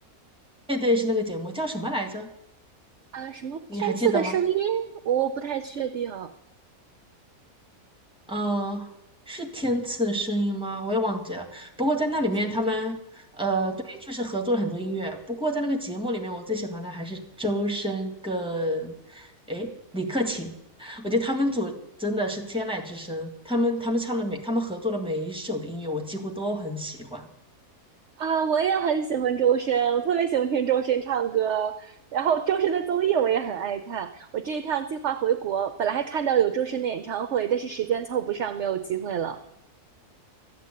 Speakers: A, in the centre; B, on the right (about 60°).
A: 对对，是那个节目，叫什么来着？
B: 啊，什么天赐的声音？
A: 你还记得吗？
B: 我不太确定，我
A: 嗯，是天赐的声音吗？我也忘记了。不过在那里面，
B: 不确定。
A: 他们呃，对，确实合作了很多音乐。不过在那个节目里面，我最喜欢的还是周深跟诶李克勤，<laughs> 我觉得他们组真的是天籁之声。他们他们唱的每他们合作的每一首的音乐，我几乎都很喜欢。
B: 啊，我也很喜欢周深，我特别喜欢听周深唱歌，然后周深的综艺我也很爱看。我这一趟计划回国，本来还看到有周深的演唱会，但是时间凑不上，没有机会了。